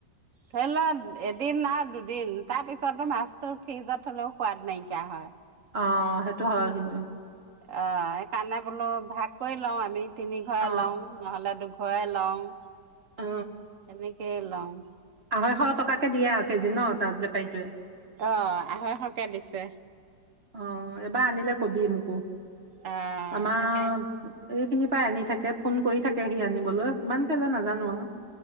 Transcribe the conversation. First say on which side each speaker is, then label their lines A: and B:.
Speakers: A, on the right (about 50°); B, on the right (about 35°).
A: ধৰি ল এদিন আউ দুদিন তাৰ পিছতো মাছতটো ফ্ৰিজত থলেও সোৱাদ নাইকিয়া হয়।
B: অ', সেইটো হয় কিন্তু।
A: অ', সেইকাৰণে বোলো ভাগ কৰি লও আমি তিনি ঘৰে
B: অ
A: লও নহলে দু লওঁ
B: অ
A: এনেকেই লওঁ।
B: আঢ়ৈশ টকাকে দিয়ে আৰু কেজি ন তাত বেপাৰীটোৱে।
A: অ, আঢ়ৈশকে দিছে।
B: অ, এবাৰ আনিলে কবি মোকো
A: অ
B: আমাৰ
A: তাকে
B: এইখিনি পাই আনি থাকে ফোন কৰি থাকে সি আনিবলৈ, কিমান কে লয় নাজানো আৰু।